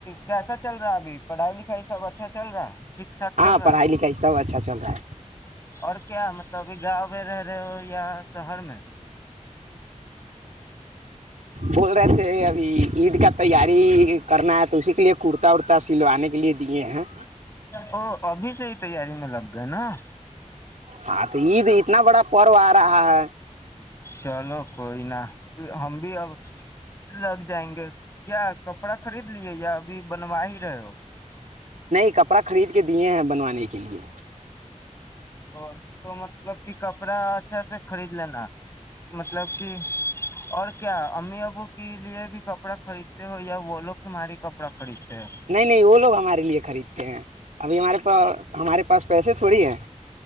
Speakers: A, on the left; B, on the right.
A: کیسا چل رہا ابھی پڑھائی لکھائی سب اچھا چل رہا ٹھیک ٹھاک
B: ہاں
A: چل رہا
B: پڑھائی لکھائی سب اچھا چل رہا ہے
A: اور کیا مطلب ابھی گاؤں میں رہ رہے ہو یا شہر میں
B: بول رہے تھے ابھی عید کا تیاری کرنا ہے تو اسی کے لیے کرتا ارتا سلوانے کے لیے دیے ہیں
A: او ابھی سے ہی تیاری میں لگ گئے نا
B: ہاں تو عید اتنا بڑا پرو آ رہا ہے
A: چلو کوئی ن ہم بھی اب لگ جائیں گے کیا کپڑا خرید س لیے ابھی بنوا ہی رہے ہو
B: نہیں کپڑا خرید کے دیے ہیں بنوانے کے لیے
A: ا تو مطلب کہ کپڑا اچھا سے خرید لینا مطلب کہ اور کیا امی ابو کے لیے بھی کپڑا خریدتے ہو یا وہ لوگ تمہاری کپڑا خریدتے ہیں
B: نہیں نہیں وہ لوگ ہمارے لیے خریدتے ہیں ابھی ہمارے پا ہمارے پاس پیسے تھوڑی ہیں